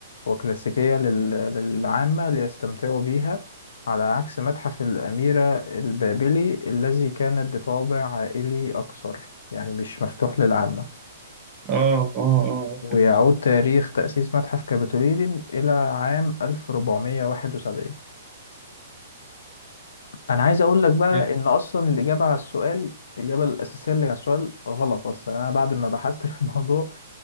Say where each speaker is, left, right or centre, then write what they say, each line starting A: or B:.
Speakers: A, on the left; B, on the right.
A: وكلاسيكية لل- للعامة ليستمتعوا بيها على عكس متحف الأميرة البابلي الذي كان بطابع عائلي أكثر يعني مش مفتوح للعامة
B: آه آه آه فهمت
A: ويعود
B: آه.
A: تاريخ تأسيس متحف كابيتولين إلى عام 1471 انا عايز اقول لك بقى
B: حلو.
A: ان اصلا الاجابه على السؤال الاجابه الاساسيه اللي على السؤال غلط اصلا انا بعد ما بحثت في الموضوع